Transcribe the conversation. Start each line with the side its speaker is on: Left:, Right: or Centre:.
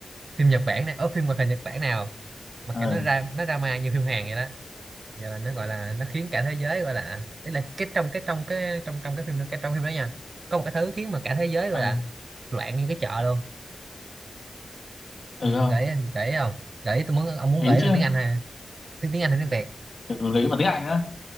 Right: phim Nhật Bản này ở phim hoạt hình Nhật Bản nào mà
Left: ừ
Right: kiểu nó ra nó drama như phim Hàn vậy đó giờ là nó gọi là nó khiến cả thế giới gọi là ý là cái trong cái trong cái trong trong cái phim cái trong phim đó nha có một cái thứ khiến mà cả thế giới
Left: ờ
Right: gọi là loạn như cái chợ luôn
Left: ừ không
Right: gợi ý, gợi ý không gợi ý tôi muốn ông muốn
Left: ý
Right: gợi ý
Left: chứ
Right: bằng tiếng Anh ha tiếng tiếng Anh hay tiếng Việt
Left: ừ, ý mà tiếng Anh nữa